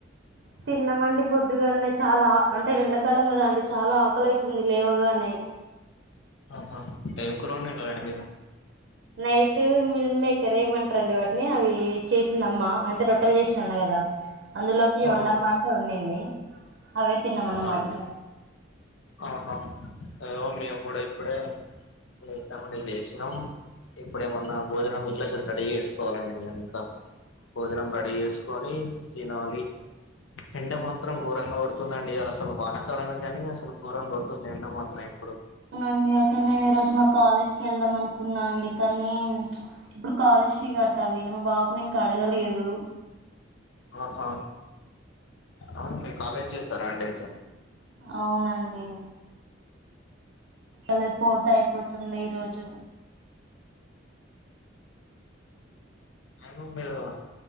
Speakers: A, on the right (about 65°); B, on the left (about 80°).
A: తిన్నమండి పొద్దుగాల్నే చాలా అంటే ఎండాకాలం గదా అండి చాలా ఆకలయితుంది లేవగానే
B: ఆహా ఏం కూర వండిన్రండి మీరు
A: నైట్ మిల్ మేకర్ ఏమంటరండి వాటిని అవి చేసిందమ్మా అంటే రొట్టేల్ చేసిన అన్న కదా అందులోకి
B: ఆ
A: వండమ్మా అంటే వండింది అవే తిన్నామన్నమాట
B: అవునా అండి
A: ఇగ
B: ఆహా ఇగో మేము గూడ ఇప్పుడే ఇంతముందే లేసినం ఇప్పుడేమన్నా భోజనం ఇంట్ల చె రెడి చేేసుకోవాలండి మేము ఇంకా భోజనం రడీ చేసుకొని తినాలి, ఎండ మాత్రం ఘోరంగ గోడుత్ తుంధండి ఇయ్యాల అసలు వానకాలమే గనీ అసలు ఘోరంగా కొడుతుంది ఎండ మాత్రం ఇప్పుడు
A: అవునండి అసలు నేను ఈ రోజు మా కాలేజ్కి వెళ్దాం అనుకున్నా అండి కనీ ఇప్పుడు కాలేజ్ ఫీ గట్టాలి నేను బాపుని ఇంకా అడగలేదు
B: ఆహా అవును మీరు కాలేజ్ జేస్తరా అండి అయితే
A: అవును అండి ఎల్లిపోతే అయిపోతుంది ఈరోజు
B: కన్ను మీదనా